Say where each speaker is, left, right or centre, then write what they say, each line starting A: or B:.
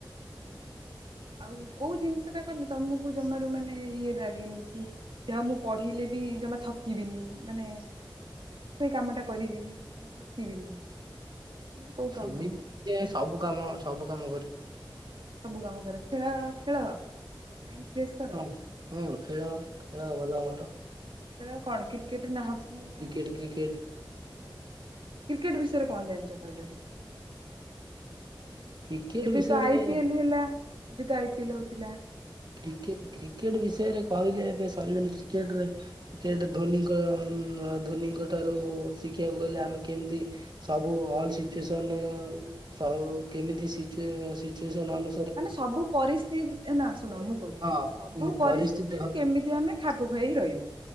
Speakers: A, on the right; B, on the right.
A: ହୁଁ। ଆଉ କୋଉ ଜିନିଷ ଟା କଲେ ତମକୁ ଜମାରୁ ମାନେ ଇଏ ଲାଗେନି କି? ଯାହା ମୁଁ ପଢିଲେ ବି ଜମା ଥକିବିନି ମାନେ। ସେଇ କାମ ଟା କରିବି ଜମା ଥକିବିନି। ଏମିତି କୋଉ
B: ସେମିତି
A: କାମ
B: <inaudible> ସବୁ କାମ ସବୁ କାମ କରେ।
A: ସବୁ କାମ କରେ ଖେଳ ଖେଳ ମାଇଣ୍ଡ ଫ୍ରେଶ। କର
B: ହଁ ହଁ ଖେଳ ଖେଳ ଭଲ ଆମର।
A: ଖେଳ କଣ କ୍ରିକେଟ ନା ହକି ନା?
B: କ୍ରିକେଟ କ୍ରିକେଟ
A: କ୍ରିକେଟ୍ ରେ କ୍ରିକେଟ ବିଷୟରେ କଣ ଜାଣିଛ କହିଲ ଟିକେ?
B: କ୍ରିକେଟ
A: ଏବେ
B: ବିଷୟରେ
A: ତ ଆଇ ପି ଏଲ ହେଲା ଏବେ ତ ଆଇ ପି ଏଲ ହଉଥିଲା।
B: କ୍ରିକେ କ୍ରିକେଟ ବିଷୟରେ କହିଲେ ଏବେ ସରିବେନି କ୍ରିକେଟରେ। କ୍ରିକେଟ୍ ଧୋନିଙ୍କ ଉଁ ଧୋ-ଧୋନିଙ୍କ ଠାରୁ। ଶିଖିବାକୁ ଗଲେ
A: ହଁ
B: ଆମେ କେମିତି ସବୁ ଅଲ ସିଚୁଏସନ୍ ଉଁ ସବୁ କେମିତି ସିଚୁଏ ସିଚୁଏସନ ଅନୁ
A: ମାନେ ସବୁ ପରିସ୍ଥି ନା ଶୁଣ ମୁଁ କହୁଛି
B: ହଁ
A: ସବୁ ପରିସ୍ଥିତିରେ
B: ପରିସ୍ଥିତି
A: କେମିତି ଆମେ। ଖାପ ଖୁଆଇ ରହିବା।